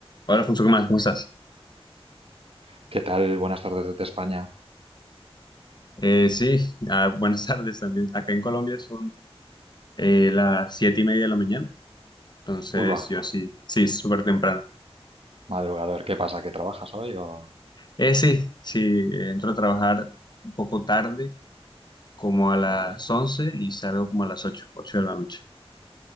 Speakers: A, on the left; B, on the right.
A: Hola, Alfonso, ¿qué más? ¿Cómo estás?
B: ¿Qué tal? Buenas tardes desde España.
A: Eh, sí, ah, buenas <laughs> tardes también. Acá en Colombia son eh, las siete y media de la mañana, entonces
B: Uy, va,
A: yo sí, sí, súper temprano.
B: madrugador. ¿Qué pasa? ¿Que trabajas hoy o...?
A: Eh, sí, sí, eh, entro a trabajar un poco tarde, como a las
B: Vale.
A: once y salgo como a las ocho, ocho de la noche.